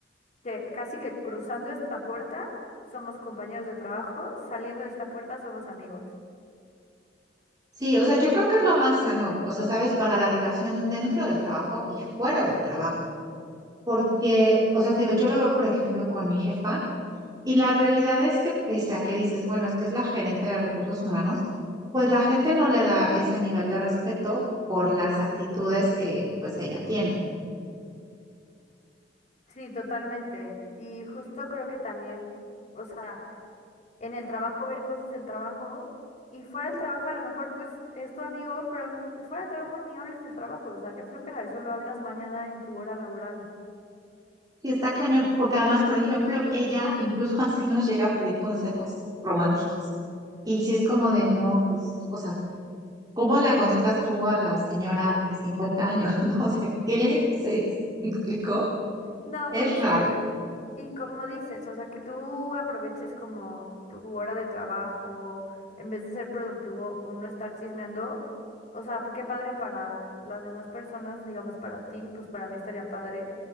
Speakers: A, on the left; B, on the right.
A: que casi que cruzando esta puerta somos compañeros de trabajo, saliendo de esta puerta somos amigos.
B: Sí, o sea, yo creo que es lo más sano, o sea, sabes, para la relación dentro del trabajo y fuera del trabajo, porque, o sea, te digo, yo lo veo, por ejemplo, con mi jefa y la realidad es que pese a que dices, bueno, es que es la gerente de recursos humanos, pues la gente no le da ese nivel de respeto por
A: Ujú.
B: las actitudes que pues ella tiene.
A: Sí, totalmente. Y justo creo que también, o sea, en el trabajo ver cosas del trabajo y fuera del trabajo a lo mejor pues es tu amigo, pero n- fuera del trabajo ni hables del trabajo, o sea, qué flojera, eso lo hablas mañana en tu hora laboral.
B: Y está cañón, porque además, por ejemplo, ella incluso <laughs> así nos llega a pedir consejos románticos. Y si es como de, no, pues, o sea, ¿Cómo le aconsejas tú a la señora de 50 años, <laughs> no? O sea, ¿qué le dices? <laughs> ¿Me explicó?
A: No,
B: Es
A: justo.
B: raro.
A: Y como dices, o sea, que tú aproveches como tu hora de trabajo, en vez de ser productivo, uno estar chismeando, o sea, pues qué padre para las demás personas, digamos para ti, pues para mí estaría padre,